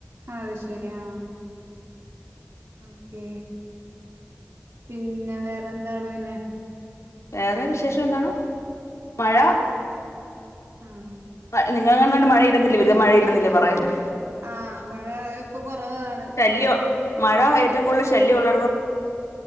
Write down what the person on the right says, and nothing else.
അ അതെ ശെരി ആ ഓക്കെ പിന്നെ വേറെ എന്താണ് പിന്നെ
ആ
ആ മഴ ഇപ്പൊ കുറവാണ്